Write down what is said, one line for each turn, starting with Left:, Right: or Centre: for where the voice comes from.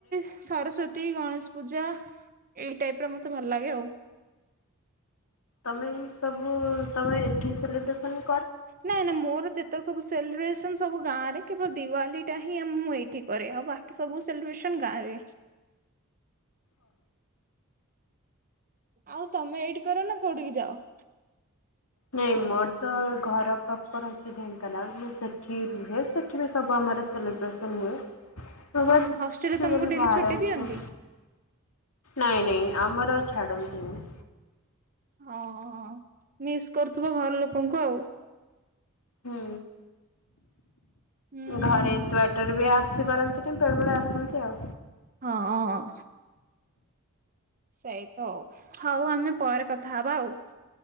Right: ସରସ୍ଵତୀ, ଗଣେଶ ପୂଜା ଏଇ ଟାଇପ୍ ର ମୋତେ ଭଲ ଲାଗେ ଆଉ।
Left: ତମେ ଏଇ ସବୁ ତମେ ଏଠି ସେଲିବ୍ରେସନ୍
Right: ନାଇଁ ନା ମୋର ଯେତେ ସବୁ ସେଲ୍ ବ୍ରେସ ତ ମୁଁ ସବୁ ଗାଁ ରେ କେବଳ ଦିୱାଲି ଟା ହିଁ ଆ ମୁଁ ଏଇଠି କରେ ଆଉ ବାକି ସବୁ ସେଲିବ୍ରେସନ ଗାଁ ରେ।
Left: ଓ
Right: ଆଉ ତମେ ଏଇଠି କର ନା କୋଉଠିକି ଯାଅ?
Left: ନାଇଁ ମୋର ତ ଘର ପ୍ରପର ହଉଚି ଢ଼େଙ୍କାନାଳ ମୁଁ ସେଠି ରୁହେ ସେ ଠିବି ସବୁ ଆମର ସେଲିବ୍ରେସନ୍ ହୁଏ ପ୍ରବାସ
Right: ହୁଁ ହଷ୍ଟେଲରେ
Left: ଛୁ
Right: ତମକୁ
Left: ବୋଲି
Right: ଡେଲି
Left: ବାହାରେ
Right: ଛୁଟି
Left: ଅଛୁ।
Right: ଦିଅନ୍ତି?
Left: ନାଇଁ ନାଇଁ ଆମର ଛାଡ଼ନ୍ତିନି।
Right: ହଁ ହଁ ହଁ ମିସ୍ କରୁଥୁବ ଘର ଲୋକଙ୍କୁ ଆଉ।
Left: ହୁଁ
Right: ହୁଁ
Left: ଘରେ ଏତେ ବାଟ ଟରେ ବି ଆସିପାରନ୍ତିନ ବେଳେବେେଳେ ଆସନ୍ତି ଆଉ।
Right: ହଁ ଅଁ। ସେଇ ତ ଅଉ। ହଉ ଆମେ ପରେ କଥା ହବା ଆଉ।